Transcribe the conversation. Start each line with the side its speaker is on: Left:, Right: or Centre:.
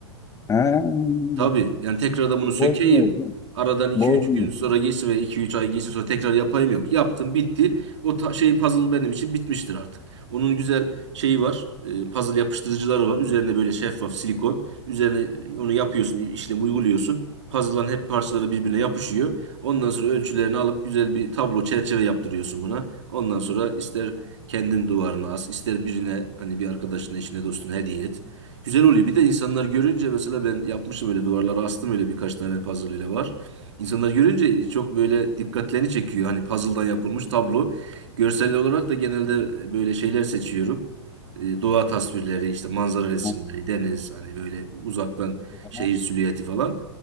Left: He.
Right: Tabii yani tekrardan bunu sökeyim.
Left: Bozmuyorsun.
Right: Aradan iki
Left: Bozmuyorsun.
Right: üç gün sonra geçsin ve iki üç ay geçsin sonra tekrar yapayım yok. Yaptım bitti. O ta- şey puzzle benim için bitmiştir artık. Onun güzel şeyi var. e, puzzle yapıştırıcıları var. Üzerine böyle şeffaf silikon. Üzerine onu yapıyorsun, işlemi uyguluyorsun. Puzzle'ların hep parçaları birbirine yapışıyor. Ondan sonra ölçülerini alıp güzel bir tablo çerçeve yaptırıyorsun buna. Ondan sonra ister kendin duvarına as, ister birine hani bir arkadaşına, eşine, dostuna hediye et. Güzel oluyor. Bir de insanlar görünce mesela ben yapmışım öyle duvarlara astım öyle birkaç tane puzzle ile var. İnsanlar görünce çok böyle dikkatlerini çekiyor. Hani puzzle'dan yapılmış tablo. Görsel olarak da genelde e, böyle şeyler seçiyorum. E, Doğa tasvirleri, işte manzara resimleri,
Left: Tamam,
Right: deniz, hani böyle uzaktan
Left: O zaman
Right: şehir silüeti falan.